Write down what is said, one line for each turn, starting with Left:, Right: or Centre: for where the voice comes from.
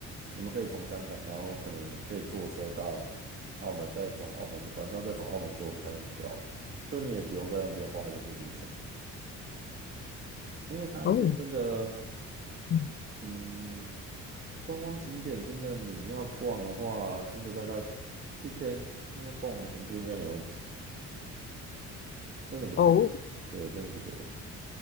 Right: 你们可以从香港，然后可能可以坐车到澳门，再从澳门晚上再从澳门坐回香港就好了，就你也不用在那边花一个住宿钱，因为它那边真的，
Left: 哦，嗯
Right: 嗯，观光景点真的你要逛的话，真的大概一天应该逛完全部应该没问题，真的不多，
Left: 哦，
Right: 对，真的不多。